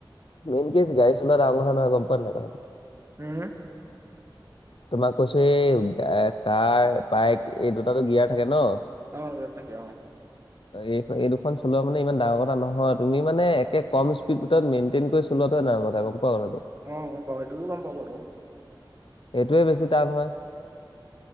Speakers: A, on the left; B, on the right.
A: মেইন কেজ গাড়ী চলোৱা ডাঙৰ কথা নহয় গম পোৱা নাই কথাটো
B: উম।
A: তোমাক কৈছো এ কাৰ বাইক। এই দুটাটো গিয়াৰ থাকে ন।
B: অ গিয়াৰ থাকে অ।
A: এই এই দুখন চলোৱা মানে ইমান ডাঙৰ কথা নহয় তুমি মানে একে কম স্পীড মেইনটেইন কৰি। চলোৱাটোহে ডাঙৰ কথা গম পোৱা কথাটো।
B: অ গম পাওঁ সেইটোতো গম পাওঁ বাৰু।
A: এইটোৱে বেছি টান হয়।